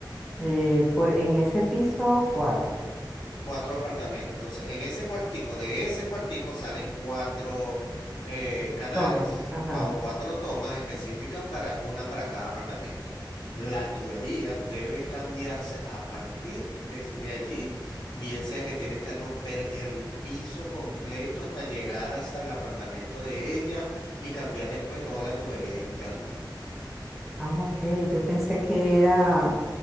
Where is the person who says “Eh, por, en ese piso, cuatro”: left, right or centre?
Centre